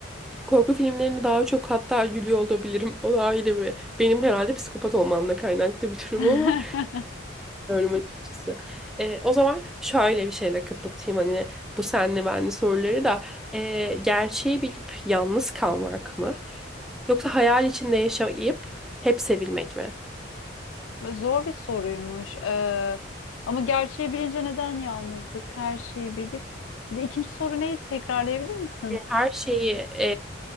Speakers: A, in the centre; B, on the left.
A: korku filmlerinde daha çok hatta gülüyor olabilirim. O da ayrı bir. Benim herhalde psikopat olmamla kaynaklı bir durum
B: <laughs>
A: ama bilmiyorum açıkçası. Ee, o zaman şöyle bir şeyle kapatayım hani bu senli benli soruları da. Ee, gerçeği bilip yalnız kalmak mı? Yoksa hayal içinde yaşayıp hep sevilmek mi?
B: Zor bir soruymuş. Ee, ama gerçeği bilince neden yalnızlık? Her şeyi bilip. Bir de İkinci soru neydi? Tekrarlayabilir misin?
A: Her şeyi e,